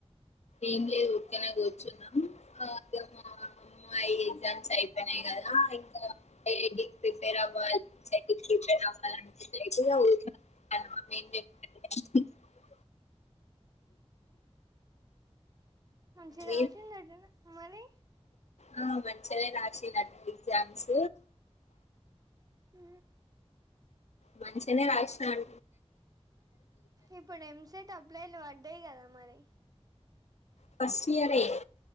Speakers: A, on the left; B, on the right.
A: ఏం లేదు ఊర్కనే కూర్చున్నాం. <inaudible> ఎగ్జామ్స్ అయిపోయినయి కదా ఇంకా ఐఐటికి ప్రిపేర్ అవ్వాలి. <inaudible> <unintelligible>
B: మంచిగ
A: మీరు
B: రాసిందటనా మరి
A: ఆ మంచిగనే రాసిందట ఎగ్జామ్స్.
B: హ్
A: మంచిగనే రాసిన అం
B: ఇప్పుడు ఎంసెట్ అప్లైలు పడ్డయి కదా మరి
A: ఫస్ట్ ఇయరే